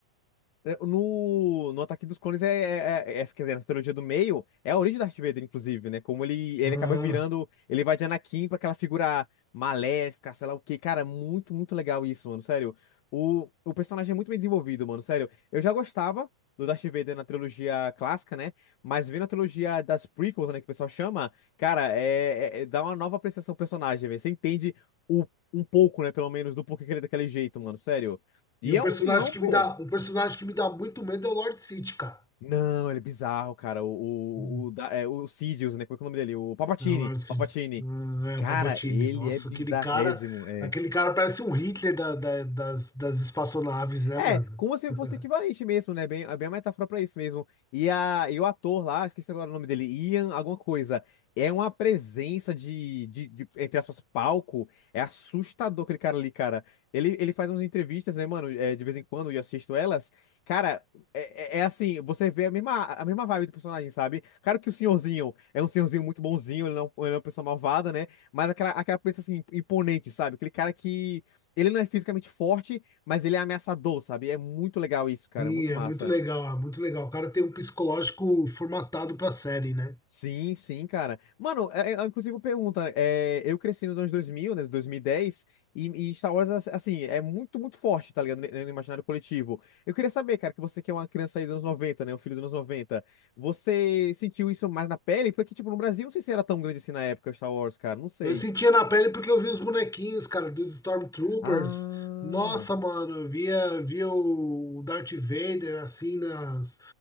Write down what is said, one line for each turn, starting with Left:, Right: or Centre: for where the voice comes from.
Left: É, No, no Ataque dos Clones é, é, é- é, quer dizer, na trilogia do meio, é a origem do Darth Vader, inclusive, né? Como ele, ele
Centre: Aham.
Left: acaba virando, ele vai de Anakin pra aquela figura maléfica, sei lá o quê. Cara, muito, muito legal isso, mano, sério. O, o personagem é muito bem desenvolvido, mano, sério. Eu já gostava do Darth Vader na trilogia clássica, né? Mas vendo a trilogia das prequels, né, que o pessoal chama, cara, é, é- é- dá uma nova apreciação ao personagem, velho. Você entende o, um pouco, né, pelo menos, do porquê que ele é daquele jeito, mano, sério. E
Centre: E um
Left: é
Centre: personagem
Left: um vilão,
Centre: que me
Left: pô.
Centre: dá, um personagem que me dá muito medo é o Lord sith cara.
Left: Não, ele é bizarro, cara. O, o,
Centre: Hum.
Left: o, da- é, o Sidious, né? Como é que é o nome dele? O Palpatine.
Centre: É o Lord sith
Left: Palpatine.
Centre: Hum, É,
Left: Cara,
Centre: o Palpatine.
Left: ele
Centre: Nossa,
Left: é bizarrésimo.
Centre: aquele cara,
Left: É.
Centre: aquele cara parece um Hitler da- da- das, das espaçonaves, né,
Left: É,
Centre: mano?
Left: como se
Centre: <laughs>
Left: fosse equivalente mesmo, né? Bem, é bem uma metáfora pra isso mesmo. E, a, e o ator lá, esqueci agora o nome dele, Ian alguma coisa, é uma presença de, de, de entre aspas, palco. É assustador aquele cara ali, cara. Ele, ele faz umas entrevistas, né, mano? É, de vez em quando, e eu assisto elas. Cara, é, é- é assim, você vê a mesma, a mesma vibe do personagem, sabe? Claro que o senhorzinho é um senhorzinho muito bonzinho, ele não, ele não é uma pessoa malvada, né? Mas aquela, aquela presença, assim, imponente, sabe? Aquele cara que... Ele não é fisicamente forte, mas ele é ameaçador, sabe? É muito legal isso, cara.
Centre: Sim,
Left: Muito
Centre: é
Left: massa.
Centre: muito legal, é muito legal. O cara tem um psicológico formatado pra série, né?
Left: Sim, sim, cara. Mano, é, é, inclusive pergunta, é, eu cresci nos anos 2000, né, dois mil e, dez. e e Star Wars, ass- assim, é muito, muito forte, tá ligado? No, no imaginário coletivo. Eu queria saber, cara, que você que é uma criança aí dos anos 90, né, um filho dos anos 90, você sentiu isso mais na pele? Porque, tipo, no Brasil, não sei se era tão grande assim na época, Star Wars, cara, não sei.
Centre: Eu sentia na pele porque eu vi os bonequinhos, cara, dos Stormtroopers.
Left: Ah,
Centre: Nossa, mano, eu via, via o Darth Vader, assim, nas...